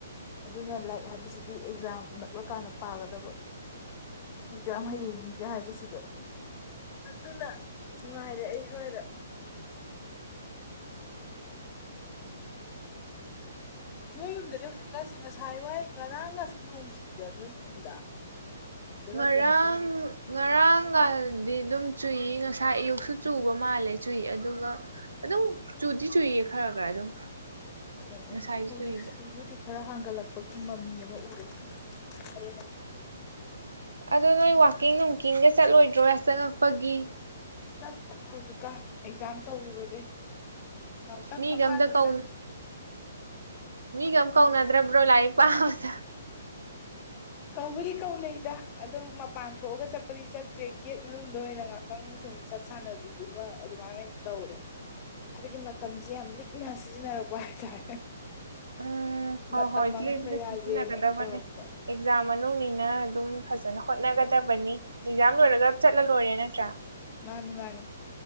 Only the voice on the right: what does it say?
ꯉꯔꯥꯡ
ꯉꯔꯥꯡꯒꯥꯗ ꯗꯤ ꯗꯨꯝ ꯆꯨꯏ ꯉꯁꯥꯏ ꯑꯌꯨꯛꯁꯨ ꯆꯨꯕ ꯃꯥꯜꯂꯦ ꯆꯨꯏ ꯑꯗꯨꯒ ꯑꯗꯨꯝ ꯆꯨꯗꯤ ꯆꯨꯏꯌꯦ ꯈ꯭ꯔ ꯒ ꯑꯗꯨꯝ
ꯉꯁꯥꯏꯁꯨ
ꯆꯨꯏꯕ
ꯑꯗꯣ ꯅꯣꯏ ꯋꯥꯛꯀꯤꯡ ꯅꯨꯡꯀꯤꯡꯒ ꯆꯠꯂꯣꯏꯗ꯭ꯔꯣ ꯌꯥꯆꯪꯉꯛꯄꯒꯤ
ꯃꯤꯒ
ꯑꯝꯇ ꯀꯧꯅ
ꯃꯤꯒ ꯑꯝ ꯀꯧꯅꯗ꯭ꯔꯕ꯭ꯔꯣ ꯂꯥꯏꯔꯤꯛ ꯄꯥꯕꯗ
ꯎꯝ ꯍꯣꯏ
ꯍꯣꯏ
ꯊꯤꯅ
ꯁꯤꯖꯤꯟꯅꯒꯗꯕꯅꯤ
ꯑꯦꯛꯖꯥꯝ ꯃꯅꯨꯡꯅꯤꯅ ꯑꯗꯨꯝ ꯐꯖꯅ ꯍꯣꯠꯅꯒꯗꯕꯅꯤ ꯑꯦꯛꯖꯥꯝ ꯂꯣꯏꯔꯒ ꯆꯠꯂ ꯂꯣꯏꯔꯦ ꯅꯠꯇ꯭ꯔꯥ